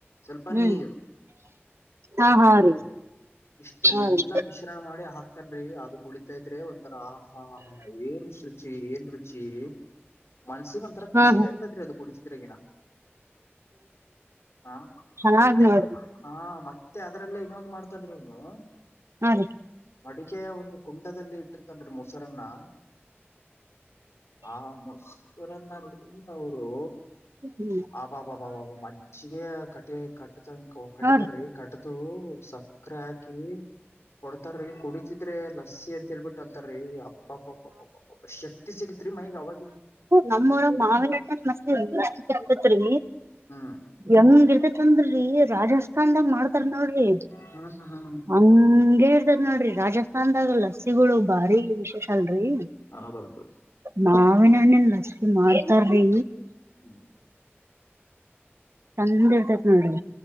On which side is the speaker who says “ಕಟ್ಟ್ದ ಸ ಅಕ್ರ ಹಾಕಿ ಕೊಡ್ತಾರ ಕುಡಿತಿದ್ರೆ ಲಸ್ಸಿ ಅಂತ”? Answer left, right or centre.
Left